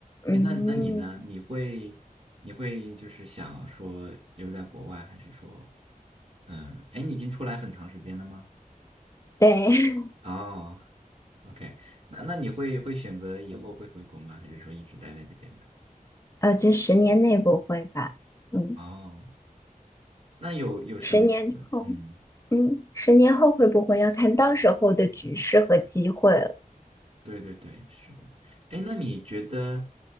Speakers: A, on the left; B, on the right.
A: 嗯，
B: 哎，那那你呢？你会你会就是想说留在国外，还是说，嗯，哎，你已经出来很长时间了吗？
A: 对，<laughs>
B: 哦，OK，那那你会会选择以后会回国吗？还是说一直待在这边呢？
A: 呃，这十年内不会吧？嗯，
B: 哦，那有有什么？
A: 十年后，
B: 嗯，
A: 嗯，十年后会不会要看到时候的局势和机会了？
B: 对对对，是的。哎，那你觉得